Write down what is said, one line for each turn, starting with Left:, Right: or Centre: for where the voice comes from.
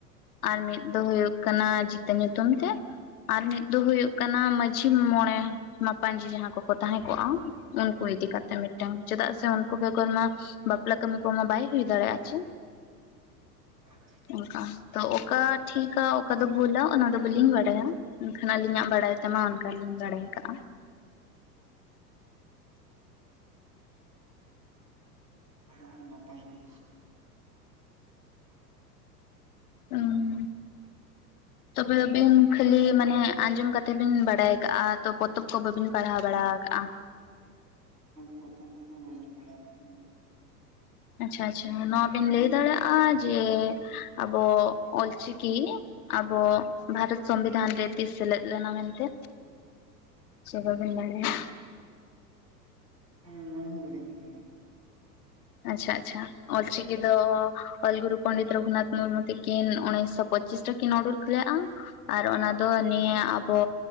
Left: ᱟᱨ ᱢᱤᱫ ᱫᱚ ᱦᱩᱭᱩᱜ ᱠᱟᱱᱟ ᱡᱤᱛᱟᱹ ᱧᱩᱛᱩᱢ ᱛᱮ ᱟᱨ ᱢᱤᱫ ᱫᱚ ᱦᱩᱭᱩᱜ ᱠᱟᱱᱟ ᱢᱟᱹᱡᱷᱤ ᱢᱚᱬᱮ ᱢᱟᱯᱟᱡᱤ ᱡᱟᱦᱟᱸ ᱠᱚᱠᱚ ᱛᱟᱦᱮᱸ ᱠᱚᱜᱼᱟ ᱩᱱᱠᱩ ᱤᱫᱤ ᱠᱟᱛᱮᱜ ᱢᱤᱫᱴᱮᱱ ᱪᱮᱫᱟᱜ ᱥᱮ ᱩᱱᱠᱩ ᱵᱮᱜᱚᱨ ᱢᱟ ᱵᱟᱯᱞᱟ ᱠᱟᱹᱢᱤ ᱠᱚᱢᱟ ᱵᱟᱭ ᱦᱩᱭ ᱫᱟᱲᱮᱭᱟᱜᱼᱟ ᱪᱮ
Right: ᱟᱪᱪᱷᱟ
Left: ᱚᱱᱠᱟ ᱛᱚ ᱚᱠᱟ ᱴᱷᱤᱠᱟ ᱚᱠᱟ ᱫᱚ ᱵᱷᱩᱞᱟ ᱚᱱᱟᱫᱚ ᱵᱟᱹᱞᱤᱧ ᱵᱟᱰᱟᱭᱟ ᱮᱱᱠᱷᱟᱱ ᱟᱹᱞᱤᱧᱟ-ᱜ ᱵᱟᱲᱟᱭ ᱛᱮᱢᱟ, ᱚᱱᱠᱟ ᱞᱤᱧ ᱵᱟᱲᱟᱭ ᱠᱟᱜᱼᱟ᱾
Right: ᱚᱱᱟ ᱦᱚᱸ ᱱᱟᱯᱟᱭ ᱜᱮ
Left: <unintelligible> ᱛᱚᱵᱮ ᱟᱵᱤᱱ ᱠᱷᱟᱹᱞᱤ
Right: ᱟᱨ
Left: ᱢᱟᱱᱮ ᱟᱸᱡᱚᱢ ᱠᱟᱛᱮ ᱛᱮᱵᱤᱱ ᱵᱟᱲᱟᱭ ᱠᱟᱜᱼᱟ ᱛᱚ ᱯᱚᱛᱚᱵ ᱠᱚ ᱵᱟ ᱵᱤᱱ ᱯᱟᱲᱦᱟᱣ ᱵᱟᱲᱟ ᱠᱟᱜᱼᱟ
Right: ᱯᱚᱛᱚᱵ ᱠᱚ ᱫᱚ ᱵᱚᱞᱟᱧ ᱯᱟᱲᱦᱟᱣᱜ ᱟᱠᱟᱫ ᱟᱞᱮᱧ
Left: ᱟᱪᱪᱷᱟ ᱟᱪᱪᱷᱟ ᱱᱚᱣᱟ ᱵᱤᱱ ᱞᱟᱹᱭ ᱫᱟᱲᱮᱭᱟᱜᱼᱟ ᱟᱨ ᱡᱮ ᱟᱵᱚ ᱚᱞᱪᱤᱠᱤ ᱟᱵᱚ ᱵᱷᱟᱨᱚᱛ ᱥᱚᱝᱵᱤᱫᱷᱟᱱ ᱨᱮ ᱛᱤᱥ ᱥᱮᱞᱮᱫ ᱞᱮᱱᱟ ᱢᱮᱱᱛᱮ ᱪᱮ ᱵᱟ ᱵᱤᱱ ᱵᱟᱲᱟᱭᱟ?
Right: ᱱᱩᱭᱟ ᱦᱚᱸ ᱵᱟᱞᱤᱱ ᱵᱟᱰᱟᱭᱟ
Left: ᱟᱪᱪᱷᱟ ᱟᱪᱪᱷᱟ ᱚᱞᱪᱤᱠᱤ ᱫᱚ ᱚᱞ ᱜᱩᱨᱩ ᱯᱚᱱᱰᱤᱛ ᱨᱚᱜᱷᱩᱱᱟᱛᱷ ᱢᱩᱨᱢᱩ ᱛᱟᱠᱤᱱ ᱩᱱᱤᱥᱚ <unintelligible> ᱟᱨ ᱚᱱᱟ ᱫᱚ
Right: ᱦᱮᱸ
Left: ᱱᱤᱭᱟᱹ ᱟᱵᱚ